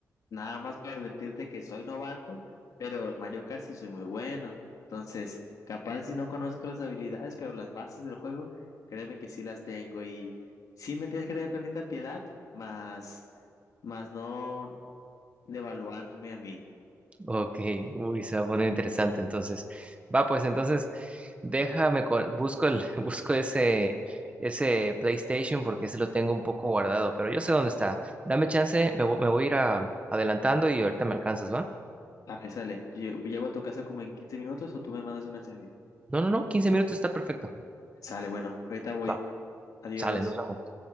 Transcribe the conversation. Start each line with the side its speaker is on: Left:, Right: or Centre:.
Left: Nada más para advertirte que soy novato, pero Mario Kart sí soy muy bueno. Entonces, capaz si no conozco las habilidades, pero las bases del juego, créeme que sí las tengo. Y sí me tienes que tener tantita piedad, más, más no devaluarme a mí.
Right: Ok, uy, se va a poner interesante entonces. Va, pues entonces déjame, co- busco el, <laughs> busco ese, ese PlayStation porque ese lo tengo un poco guardado, pero yo sé dónde está. Dame chance, me, vo- me voy a ir a- adelantando y ahorita me alcanzas, ¿va?
Left: Vale, sale. Lle- Llego a tu casa como en 15 minutos o tú me mandas un mensaje.
Right: No, no, no, 15 minutos está perfecto.
Left: Sale, bueno, ahorita voy.
Right: Va,
Left: Adiós.
Right: sale, nos vemos.